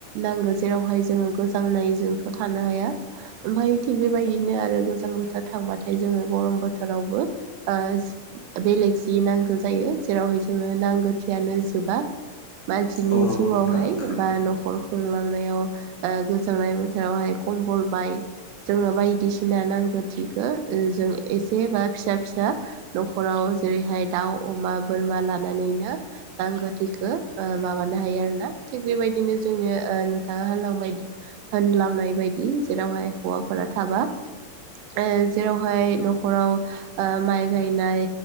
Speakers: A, on the right (about 85°); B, on the left (about 50°).
A: नांगौ जेरावहाय जोङो गोजां नायजोंथ' थानो हाया ओमफ्राय थि बेबायदिनो आरो गोजां बोथोर थांबाथाय जोङो गरम बोथोर थोरावबो ओ बेलेग जि नांगौ जायो जेरावहाय जोङो नांगौ थियानो जोबा मानसिनि
B: औ नंगौ
A: जिउआवहाय
B: नोंथां थारैनो
A: बा न'खर खुंलांनायाव गोजांनाय बोथोरावहाय कम्बल बाय जोङो बायदिसिना नांगो थिखो ओ जों एसेबा फिसा फिसा <unintelligible> न'खराव जेरैहाय दाउ अमा बोरमा लानानैनो नांगौथिखौ ओ माबानो हायो आरोना थिग बेबायदिनो जोंनि नोंथाङा होनलांबाय होनलांनाय बायदि जेरावहाय हौवाफोरा थाबा ओ जेरावहाय न'खराव ओ माइ गायनाय